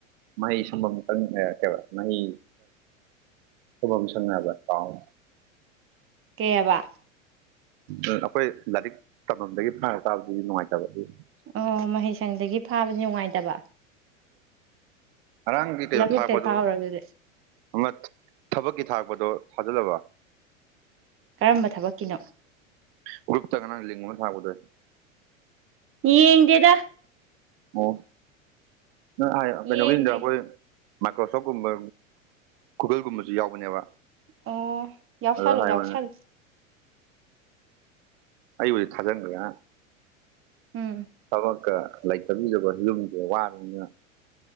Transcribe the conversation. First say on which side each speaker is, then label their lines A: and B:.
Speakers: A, on the right (about 50°); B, on the right (about 30°).
A: ꯃꯍꯩ ꯁꯪꯐꯝ ꯁꯪ <inaudible> ꯃꯍꯩ ꯁꯨꯝꯐꯝ ꯁꯪ ꯍꯥꯏꯕ꯭ꯔꯥ ꯀꯥꯎꯔꯦ
B: ꯀꯩ ꯑꯕꯥ
A: ꯎꯝ ꯑꯩꯈꯣꯏ ꯂꯥꯏꯔꯤꯛ ꯇꯝꯐꯝꯗꯒꯤ ꯐꯥꯔ ꯆꯥꯕꯗꯨꯗꯤ ꯅꯨꯡꯉꯥꯏꯇꯕ ꯑꯗꯨꯏꯅꯦ
B: ꯑꯣ ꯃꯍꯩꯁꯪꯗꯒꯤ ꯐꯥꯕꯗꯤ ꯅꯨꯡꯉꯥꯏꯇꯕ
A: ꯑꯉꯥꯡꯒꯤ ꯀꯩꯅꯣ
B: ꯂꯧꯕꯨꯛꯇꯩ
A: ꯊꯥꯛꯔꯛꯄꯗꯣ
B: ꯐꯥꯎꯔꯣ ꯑꯗꯨꯗꯤ
A: ꯑꯃꯥ ꯊꯕꯛꯀꯤ ꯊꯥꯛꯔꯛꯄꯗꯣ ꯊꯥꯖꯜꯂꯕꯣ
B: ꯀꯔꯝꯕ ꯊꯕꯛꯀꯤꯅꯣ
A: ꯒꯨꯔꯞꯇ ꯉꯔꯡ ꯂꯤꯡ ꯑꯃꯥ ꯊꯔꯛꯄꯗꯣꯍꯦ
B: ꯌꯦꯡ ꯗꯦꯗꯥ
A: ꯑꯣ ꯅꯪ ꯑꯥꯏ
B: ꯌꯦꯡꯗ꯭ꯔꯤ
A: ꯀꯩꯅꯣꯒꯤꯅꯤꯗ ꯑꯩꯈꯣꯏ ꯃꯥꯏꯀ꯭ꯔꯣꯁꯣꯞꯀꯨꯝꯕ ꯒꯨꯒꯜꯒꯨꯝꯕꯁꯨ ꯌꯥꯎꯕꯅꯦꯕ
B: ꯑꯣ ꯑꯣ ꯌꯥꯎꯁꯜꯂꯨ
A: ꯑꯗ ꯍꯥꯏꯕꯅꯦ
B: ꯌꯥꯎꯁꯜꯂꯨ
A: ꯑꯩꯕꯨꯗꯤ ꯊꯥꯖꯟꯒ꯭ꯔꯦ ꯉꯔꯥꯡ
B: ꯎꯝ
A: ꯊꯕꯛꯀ ꯂꯩꯇꯝꯖꯤꯗꯀꯣ ꯌꯨꯝꯖꯨ ꯃꯨꯛ ꯋꯥꯅꯤꯅ